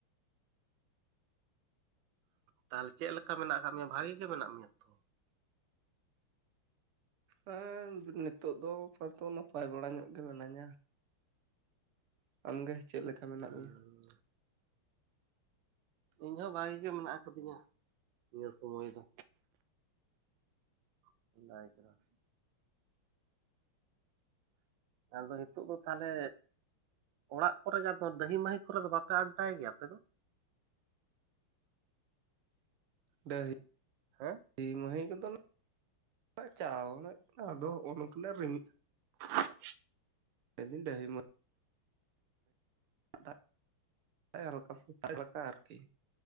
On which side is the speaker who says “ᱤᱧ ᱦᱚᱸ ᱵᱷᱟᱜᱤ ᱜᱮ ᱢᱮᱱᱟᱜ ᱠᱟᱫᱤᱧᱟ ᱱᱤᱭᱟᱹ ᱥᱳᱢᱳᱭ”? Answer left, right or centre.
Right